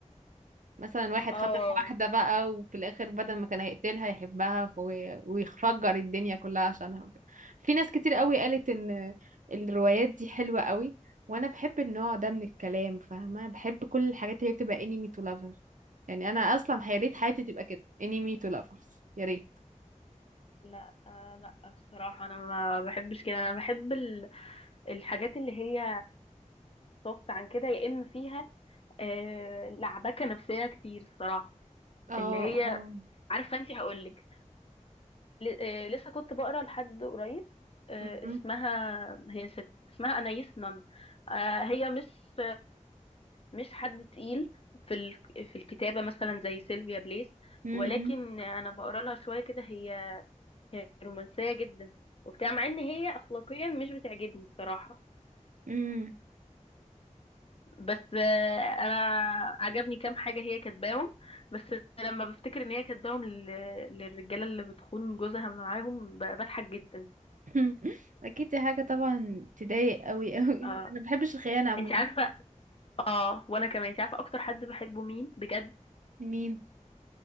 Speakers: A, on the right (about 75°); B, on the left (about 45°).
A: مثلا واحد
B: آه
A: خطف واحدة بقى وفي الآخر بدل ما كان هيقتلها يحبها و- ويفجر الدنيا كلها عشانها وكده في ناس كتير قوي قالت إن الروايات دي حلوة قوي وأنا بحب النوع ده من الكلام فاهمة بحب كل الحاجات اللي هي بتبقى انمي تو لافر يعني أنا أصلا يا ريت حياتي تبقى كده انمي تو لافرز يا ريت
B: لا آه لا بصراحه انا ما بحبش كده انا بحب ال- الحاجات اللي هي صفت عن كده يا اما فيها آه لعبكه نفسيه كتير الصراحه
A: اه
B: اللي هي
A: اه
B: عارفه انت هقول لك آه لسه كنت بقرا لحد قريب آه
A: م-
B: اسمها هي ست اسمها انايس نن آه هي مش مش حد تقيل في ال- في الكتابة مثلا زي سيلفيا بليس
A: امم
B: ولكن أنا بقرا لها شوية كده هي هي رومانسية جدا وبتاع مع إن هي أخلاقيا مش بتعجبني الصراحة
A: امم
B: بس آه، أنا عجبني كام حاجة هي كاتباهم بس لما بفتكر إن هي كاتباهم لل- للرجالة اللي بتخون جوزها معاهم ب- بضحك جدا
A: <laughs> اكيد دي حاجه طبعا تضايق قوي قوي انا
B: اه
A: ما بحبش الخيانه عموما
B: انت عارفة اه وأنا كمان انت عارفة أكتر حد بحبه مين بجد
A: مين